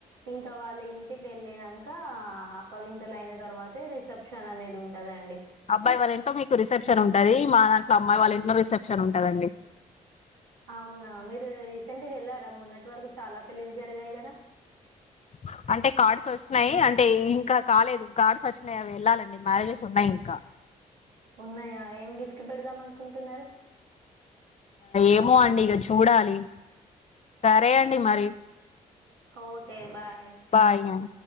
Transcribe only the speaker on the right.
ఇంకా వాళ్ళ ఇంటి వెళ్ళినంక అప్పగింతల అయిన తర్వాతే రిసెప్షన్ అనేది ఉంటదండి
అవునా మీరు రీసెంట్ వెళ్లారా మొన్నటి వరకు చాలా పెళ్ళిలు జరిగాయి కదా
ఉన్నాయా ఏం గిఫ్ట్ పెడదాం అనుకుంటున్నారు
ఓకే బాయ్